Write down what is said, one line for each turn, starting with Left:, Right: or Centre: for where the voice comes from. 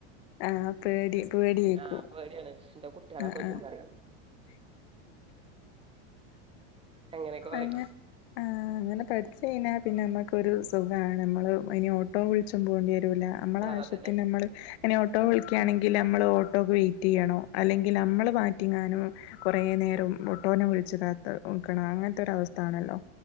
Left: ആഹ് പേടി പേടിയേക്കും
Right: ആഹ് പേടിയാണ് എന്റെ കുട്ടികളെ
Left: ആഹ്
Right: കൊല്ലും
Left: ആഹ്
Right: പറയും അങ്ങനെ ഒക്കെ പറയും
Left: അങ്ങ ആഹ് അങ്ങനെ പഠിച്ചു കഴിഞ്ഞാ പിന്നെ അമക്ക് ഒരു സുഖാണ് അമ്മള് ഇനി ഓട്ടോ വിളിച്ചും പോണ്ടി വരുല്ല അമ്മള
Right: ആ
Left: ആവശ്യത്തിന്
Right: അതന്നെ
Left: നമ്മള് എന്നെ ഓട്ടോ വിളിക്കയാണെങ്കി
Right: ഉം
Left: എങ്കില് അമ്മള് ഓട്ടോക്ക് വെയിറ്റ്യ്യണോ അല്ലെങ്കി അമ്മള് മാറ്റിങ്ങാനോ കൊറെ നേരം ഒട്ടോനെ വിളിച്ച് കാത്ത് ഇക്കണം അങ്ങനത്തെ ഒര അവസ്ഥ ആണല്ലോ